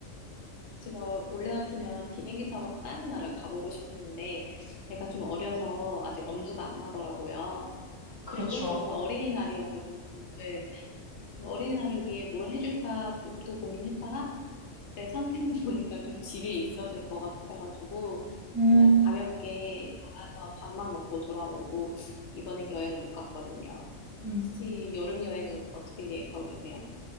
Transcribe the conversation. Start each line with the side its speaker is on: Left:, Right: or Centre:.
Left: 제가 원래 같으면 비행기 타고 다른 나라를 가보고 싶었는데 애가 좀 어려서 아직 엄두가 안 나더라고요.
Right: 그렇죠.
Left: 그리고 뭔가 어린이날이어가지고 네. 그 어린아이를 위해 뭘 해줄까 고, 또 고민했다가 내 상태를 <laughs> 보니까 좀 집에 있어야 될 것 같아가지고
Right: 음,
Left: 그냥 가볍게 나가서 밥만 먹고 돌아오고 이번에 여행을 못 갔거든요.
Right: 음.
Left: 혹시 여름 여행은 어떻게 계획하고 계세요?